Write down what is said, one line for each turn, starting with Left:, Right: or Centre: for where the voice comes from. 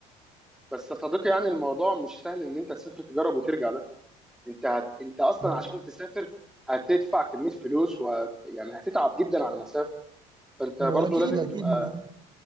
Centre: بس يا صديقي يعني الموضوع مش سهل ان انت تسافر تجرب وترجع ده انت هت... انت اصلا
Right: هو
Centre: عشان تسافر هتدفع كميه فلوس و يعني هتتعب جدا على مسافه فانت برضو
Right: هو اكيد
Centre: لازم
Right: اكيد
Centre: تبقى
Right: مش